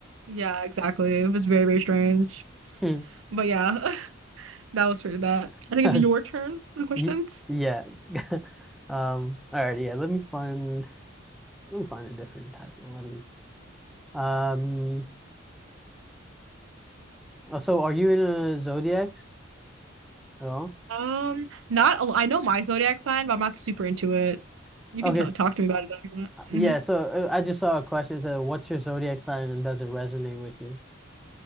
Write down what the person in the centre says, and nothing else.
Hmm.
<laughs>
Y- Yeah. <laughs> Um, all right, yeah, let me find I'm gonna find a different type of one. Um. oh, So, are you in a zodiacs at all?
Okay.
s-
Yeah. So, uh, I just saw a question. It said, "What's your zodiac sign, and does it resonate with you?"